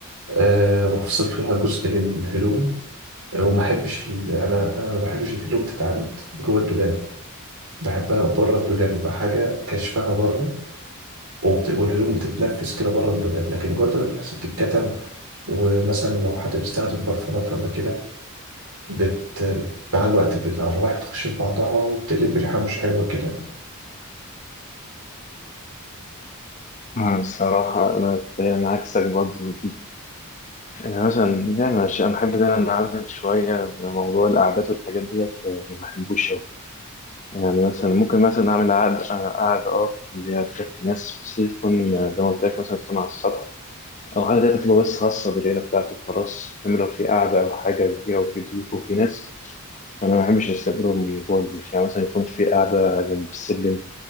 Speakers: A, on the right (about 75°); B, on the left (about 35°).
A: أه وأفصل فيها جزء للهدوم آه، وما أحبش ال... أنا أنا ما بحبش الهدوم تتعند جوه الدولاب بحبها بره الدولاب يبقى حاجة كشفها بره وبت... والهدوم بتتنفس كده بره الدولاب لكن جوه الدولاب بتحس بتتكتم ومثلا لو حد بيستخدم برفانات ولا كده بت... بت- مع الوقت بت- الأرواح بتخش في بعضها وبتقلب ريحة مش حلوة كده
B: أنا الصراحة أنا تقريبا عكسك برضه دي أنا مثلا يعني أنا ش- أنا أحب إن أنا أنعزل شوية في موضوع القعدات والحاجات ديت آه، ما بحبوش أوي. يعني مثلا ممكن مثلا أعمل قعدة قعدة أه اللي هي تكفي ناس بس هي تكون آه، زي ما قلت لك مثلا تكون على السطح أو القعدة دي تبقى بس خاصة بالعيلة بتاعتي وخلاص إنما لو في قعدة أو حاجة كبيرة وفي ضيوف وفي ناس فأنا ما بحبش أستقبلهم من جوه البيت يعني مثلا يكون في قعدة جنب السلم